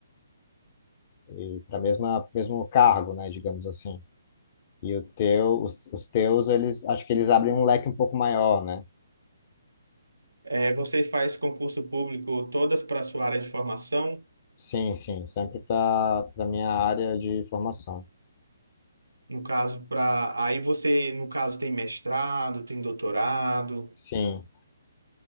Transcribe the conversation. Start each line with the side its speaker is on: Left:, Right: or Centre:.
Left: e para mesma mesmo cargo, né, digamos assim. E o teu, os, os teus, eles acho que eles abrem um leque um pouco maior, né?
Right: É, você faz concurso público todas para a sua área de formação.
Left: Sim, sim, sempre para para minha área de formação.
Right: No caso, para. Aí você, no caso, tem mestrado, tem doutorado.
Left: Sim,